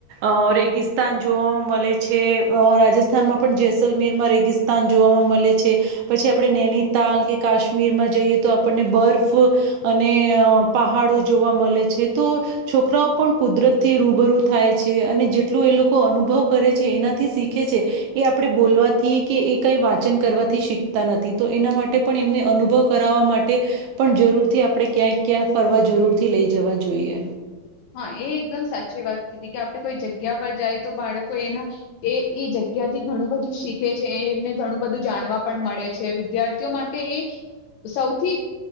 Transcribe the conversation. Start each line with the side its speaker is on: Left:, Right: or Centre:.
Right: અ રેગિ સ્તાન જોવામાં મલે છે, અ રાજસ્થાનમાં પણ જેૈસલમેરમાં રેગિસ્તાન જોવામાં મલે છે પછી આપણે નૈનીતાલ કે કાશ્મીરમાં જઈએ તો આપણને બર્ફ અને પહાડો જોવા મલે છે, તો છોકરાઓ પણ કુદરતથી રૂબરૂ થાય છે અને જેટ ટલું એ લોકો અનુભવ કરે છે એનાથી શીખે છે એ આપણે બોલવાથી કે એ કઈ વાંચન કરવાથી શીખતા નથી, તો એના માટે પણ એમને અનુભવ કરાવવા માટે પણ જરૂરથી આપણે ક્યાંક ક્યાં ફરવા જરૂરથી લઈ જવા જોઈએ.
Left: હાં એ એકદમ સાચી વાત કીધી કે આપણે કોઈ જગ્યા પર જાયે તો બાળકો એના એ એ જગ્યાથી ઘણું બધું શીખે છે એમને ઘણું બધું જાણવા પણ મળે છે વિદ્યાર્થીઓ માટે એ સૌથી